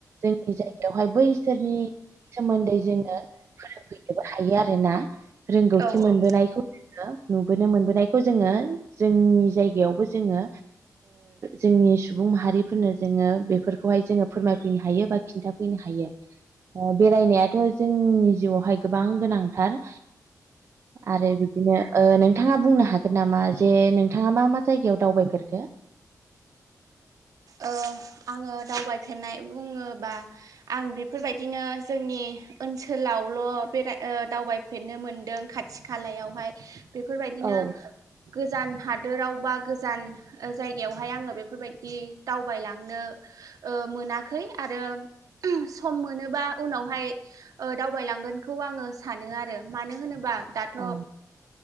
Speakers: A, on the right; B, on the right.
A: जोंनि जायगायावहाय बैसोरनि सोमोन्दै जोङो फोरोंफैनोबो हायो आरोना। रोंगौथि
B: औ
A: मोनबोनायखौ
B: औ
A: जोङो नुबोनो मोनबोनायखौ जोङो जोंनि जायगायावबो जोङो जोंनि सुबुं माहारिफोरनो जोङो बेफोरखौहाय जोङो फोरमायफैनो हायो बा खिन्थाफैनो हायो। बेरायनायाथ' जोंनि जिउआवहाय गोबां गोनांथार। आरो बिदिनो नोंथाङा बुंनो हागोन नामा जे नोंथाङा मा मा जायगायाव दावबायफोरखो? <unintelligible>
B: ओ आङो दावबायफेरनाय बुङोबा आं बेफोरबायदिनो जोंनि ओनसोलावल' बेराय दावबायफेरनो मोनदों खाथि खालायावहाय बेफोरबायदिनो
A: औ
B: गो गोजान हादोराव बा गोजान जायगायावहाय आङो बेफोरबायदि दावबायलांनो ओ मोनाखै आरो सम मोनोबा उनावहाय ओ दावबायलांगोनखौ आङो सानो आरो मानो होनोबा दाथ'
A: औ